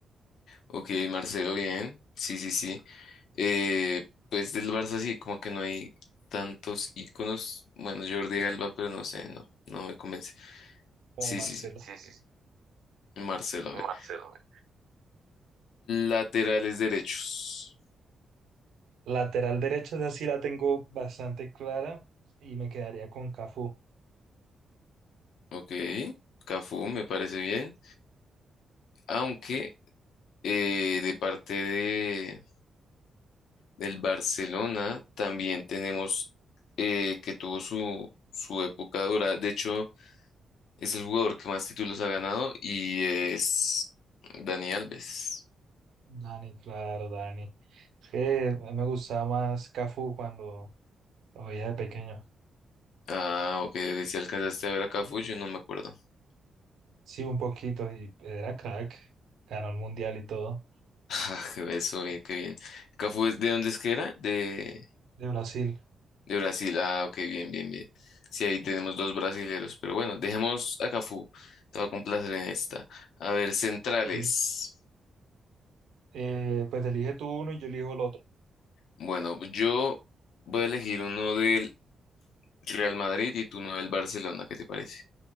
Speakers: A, on the left; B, on the right.
A: Ok, Marcelo, bien. Sí, sí, sí. Eh, pues del Barça sí, como que no hay tantos íconos. Bueno, Jordi Alba, pero no sé, no, no me convence.
B: como
A: Sí,
B: Marcelo.
A: sí, sí.
B: Sí, sí, sí,
A: Marcelo,
B: Marcelo.
A: a ver.
B: güey.
A: Laterales derechos.
B: Lateral derecho, esa sí la tengo bastante clara y me quedaría con Cafú.
A: Ok, Cafú, me parece bien. Aunque Eh, de parte de, del Barcelona también tenemos eh, que tuvo su, su época dura. De hecho, es el jugador que más títulos ha ganado y es Dani Alves.
B: Dani, claro, Dani. Es Que a mí me gustaba más Cafú cuando lo veía de pequeño.
A: Ah, ok, ok, si alcanzaste a ver a Cafú, yo no me acuerdo. <laughs>
B: Sí, un poquito, y era crack. Ganó el mundial y todo
A: Ah, qué eso, bien, qué bien. Cafú, es- ¿de dónde es que era? De,
B: de Brasil.
A: de Brasil. Ah, ok, bien, bien, bien. Sí, ahí tenemos dos brasileros, pero bueno, dejemos a Cafú. Te va a complacer en esta. A ver, centrales.
B: Sí. Eh, pues elige tú uno y yo elijo el otro.
A: Bueno, yo voy a elegir uno del Real Madrid y tú uno del Barcelona, ¿qué te parece?